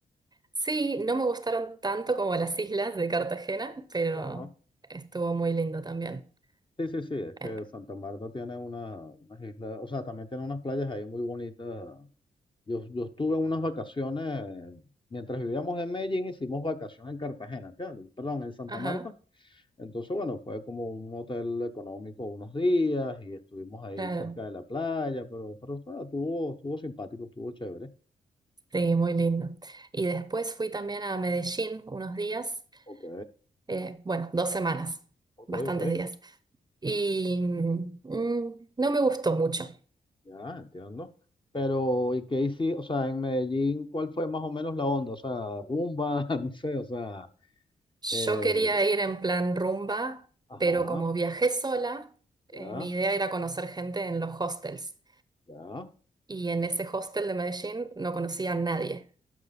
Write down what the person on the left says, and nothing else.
Claro.
Sí, sí, sí, es que
Santa Marta tiene una, unas islas, o sea, también tiene unas playas ahí muy bonitas. Yo, yo estuve en unas vacaciones, mientras vivíamos en Medellín, hicimos vacaciones en Cartagena, ¿entiendes? Perdón, en Santa
Marta. Entonces, bueno, fue como un hotel económico unos días y estuvimos ahí
cerca de la playa, pero, pero o sea, estuvo, estuvo simpático, estuvo chévere.
Ok,
ok,
ok,
ya entiendo. Pero, ¿y qué hiciste? O sea, en Medellín, ¿cuál fue más o menos la onda? O sea, rumba, <laughs> no sé, o sea...
Eh,
Ajá,
ya,
ya.